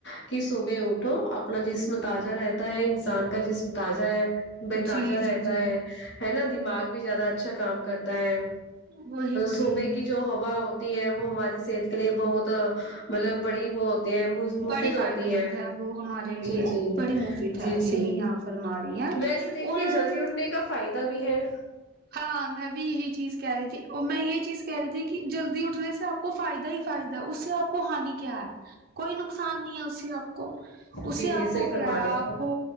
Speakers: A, on the left; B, on the right.
A: کہ صبح اٹھو اپنا جسم تازہ رہتا ہے انسان کا جسم تا جہ ہے بے
B: جی
A: تازہ
B: جی
A: رہتا
B: جی
A: ہے نا دماغ بھی زیادہ اچھا کام کر تا ہے
B: وہی وہی
A: صوبے کی جو ہو وا ہوتی ہے وہ ہماری صحت کے لیے بہت مطلب بڑی وہ ہوتی ہے مفید
B: بڑی فائدہ
A: ہوتی
B: مند
A: ہیں
B: ہے وہ ہمارے لیے
A: جی جی
B: بڑی مفید ہے
A: جی جی
B: صحیح آپ فرما رہی ہیں
A: ویسے دیکھیے
B: اور
A: جلدی اٹھنے کا فائدہ بھی ہے
B: ہاں میں بھی یہی چیز کہہ رہی تھی اور میں یہ چیز کہہ رہیے کہ جلدی اٹنے سے آپ کو فائدہ ہی فائدہ اس سے آپ کو ہانی کیا ہے کوئی نقصان نہیں ہے اس سے آ کو اس
A: جی
B: سے
A: جی
B: آپ
A: صحیح
B: کو کیا
A: فرما
B: ہے
A: رہے ہو
B: آپ کو